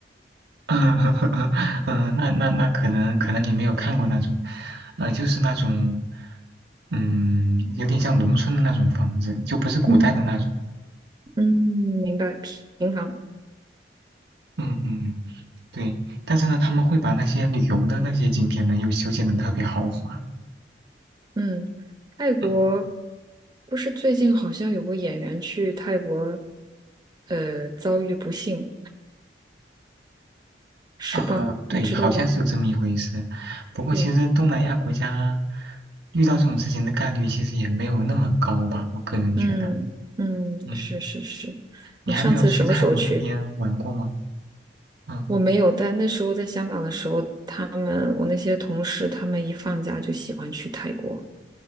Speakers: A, on the right (about 60°); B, on the right (about 25°).
A: <laughs> 嗯，呃那那那可能可能你没有看过那种，呃，就是那种，嗯，有点像农村的那种房子，就不是古代的那种，
B: 嗯嗯，明白，平房。
A: 嗯嗯，对，但是呢，他们会把那些旅游的那些景点呢，又修建的特别豪华。
B: 嗯，泰国
A: 嗯，
B: 不是最近好像有个演员去泰国，呃，遭遇不幸，是吧？
A: 呃，对，
B: 你知道吧？
A: 好像是有这么一回事。不过其实东南亚国家
B: 对，
A: 遇到这种事情的概率其实也没有那么高吧，我个人觉得。
B: 嗯嗯，
A: 嗯，
B: 是是是。
A: 你还没有去泰国那边玩过吗？
B: 你上次什么时候去？
A: 嗯，
B: 我没有，但那时候在香港的时候，他们我那些同事，他们一放假就喜欢去泰国，